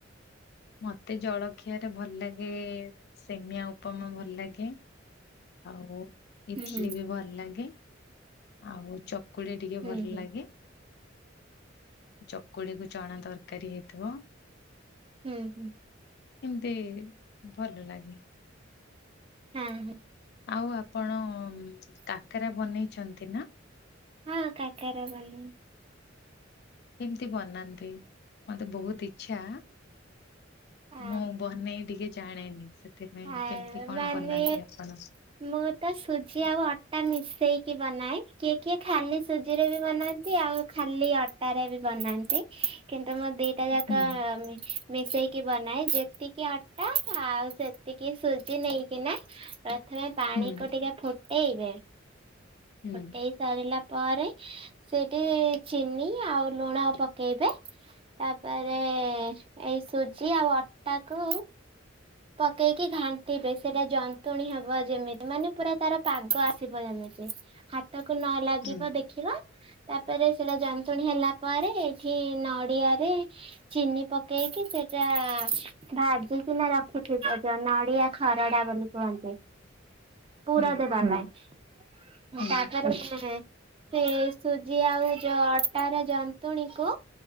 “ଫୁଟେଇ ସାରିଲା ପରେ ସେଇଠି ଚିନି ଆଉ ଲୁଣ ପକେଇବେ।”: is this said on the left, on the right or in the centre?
Right